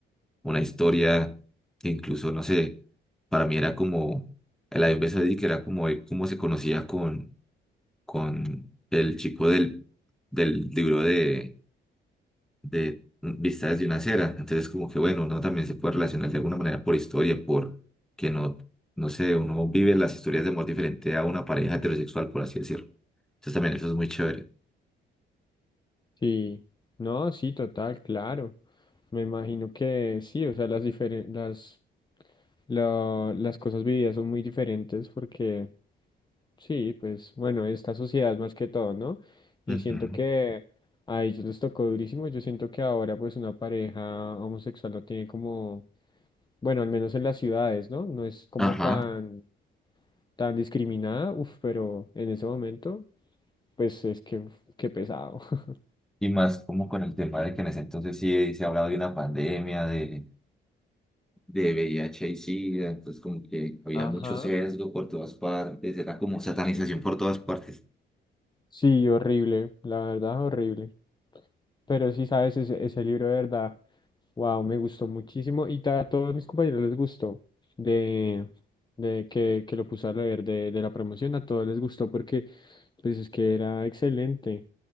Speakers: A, in the centre; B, on the left (about 20°).
A: una historia que incluso, no sé, para mí era como el Ayub que era como cómo se conocía con, con el chico del, del libro de, de Vistas desde una acera. Entonces, como que bueno, uno también se puede relacionar de alguna manera por historia, por que no, no sé, uno vive las historias de amor diferente a una pareja heterosexual, por así decirlo. Entonces, también eso es muy chévere.
B: Sí, no, sí, total, claro. Me imagino que sí, o sea, las diferen- las, la- las cosas vividas son muy diferentes porque sí, pues bueno, esta sociedad más que todo, ¿no? Y
A: Ujú.
B: siento que a ellos les tocó durísimo. Yo siento que ahora pues una pareja homosexual no tiene como Bueno, al menos en las ciudades, ¿no? No es como
A: Ajá.
B: tan, tan discriminada, uf, pero en ese momento, pues es que, uf, qué pesado. <laughs>
A: Y más como con el tema de que en ese entonces sí se ha hablado de una pandemia, de de VIH y SIDA, entonces como que había
B: Ajá.
A: mucho sesgo por todas partes, era como satanización por todas partes.
B: Sí, horrible, la verdad, horrible. Pero sí, sabes, ese, ese libro de verdad, wow, me gustó muchísimo y ta- a todos mis compañeros les gustó, de, de que, que lo puse a leer de, de la promoción, a todos les gustó porque pues es que era excelente,